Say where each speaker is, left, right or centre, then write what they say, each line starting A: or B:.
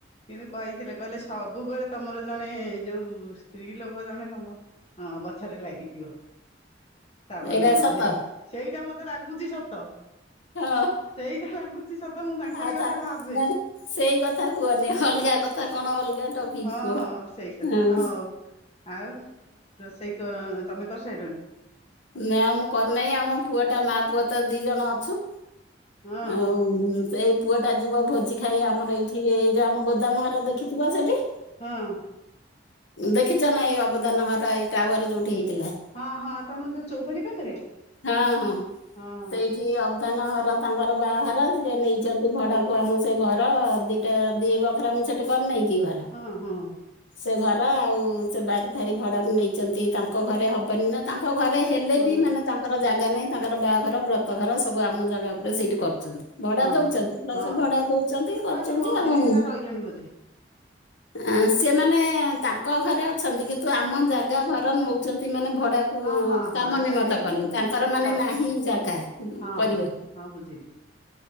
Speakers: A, on the left; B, on the left.
A: କିନ୍ତୁ କହିଥିଲେ କହିଲେ ସବୁବେଳେ ତମର ଜଣେ ଯୋଉ ସ୍ତ୍ରୀ ଲୋକ ଜଣେ ତମ ଅ ପଛରେ ଲାଗିଥିବ। ସାବନ
B: ଏଇଟା
A: ବର୍ଣ୍ଣ
B: ସତ
A: ହେଇକି ସେଇଟା ମତେ ଲାଗୁଚି ସତ।
B: ହଁ।
A: ସେଇଟା ଲାଗୁଛି ସତ ମୁଁ ତାଙ୍କରି
B: ଆଉ
A: କଥା
B: ତା
A: ଭାବେ
B: ମାନେ ସେଇ କଥା କୁହନି ଅଲଗା କଥା କଣ ଅଲଗା ଟପିକ
A: ହଁ
B: କୁହ
A: ହଁ ସେଇ କଥା
B: ହଁ
A: ହଉ। ଆଉ ରୋଷେଇ କ ତମେ କରିସାଇଲଣି?
B: ନା ମୁଁ କରିନେଇ ଆମ ପୁଅ ଟା ମା ପୁଅ ତ ଦିଇ ଜଣ ଅଛୁ।
A: ହଁ
B: ଆଉ ଉଁ ସେଇ ପୁଅଟା ଯିବ ଭୋଜି ଖାଇ ଆମର ଏଇଠି ଏଇ ଯୋଉ ଆମ ଗୋଦାମ ଘର ଦେଖିଥିବ ସେଠି?
A: ହଁ।
B: ଦେଖିଚ ନା ଏଇ ଅବଦାନ ଘର ଏଇ ଟାୱାର ଯୋଉଠି ହେଇ ଥିଲା
A: ହଁ ହଁ ତମ ଯୋଉ ଚଉପାଢୀ ପାଖରେ
B: ହଁ ହଁ
A: ହଁ
B: ସେଇଠି ଅବ ନ ଘର ତାଙ୍କର ବାହାଘର ସିଏ ନେଇଚନ୍ତି। ଭଡାକୁ ଆମ ସେ ଘର ଦିଇଟା ଦିଇ ବଖରା ମୁଁ ସେଠି କରିନେଇଁ କି ଘର
A: ହଁ ହଁ ହଁ।
B: ସେ ଘ ର ଆଉ ସେ ବାରି ଫାରି ଭଡାକୁ ନେଇଚନ୍ତି ତାଙ୍କ ଘରେ ହବନି ନା ତାଙ୍କ ଘରେ ହେଲେ
A: ହଁ
B: ବି ମାନେ ତାଙ୍କର ଜାଗା ନାହିଁ ତାଙ୍କର ବାହାଘର ବ୍ରତ ଘର ସବୁ ଆମ ଜାଗା ଉପରେ ସେଇଠି କର ଚନ୍ତି ଭଡା ଦୋଉଚନ୍ତି
A: ହଁ
B: ପ୍ଲସ
A: ହଁ
B: ଭଡା ଦୋଉଚନ୍ତି କରୁଚନ୍ତି
A: ହଁ ସେ ବହୁତ ଦିନ
B: ଆଉ।
A: ହେଲା ରହିଲେଣି ବୋଧେ।
B: ଆ ସିଏମାନେ ତାଙ୍କ ଘରେ ଅଛନ୍ତି କିନ୍ତୁ ଆମ ଜାଗା ଘର ନୋଉଚନ୍ତି ମାନେ ଭ ଗୁଡାକୁ
A: ହଁ ହଁ ହଁ
B: କାମ
A: ଭଡା
B: ନିମତ
A: ନେଇକି
B: କଲେ ତାଙ୍କର ମାନେ
A: କରୁଛନ୍ତି
B: ନାହିଁ
A: ବା
B: ଜାଗା।
A: ହଁ
B: କରିବାକୁ
A: ହଁ ହଁ ବୁଝିଲି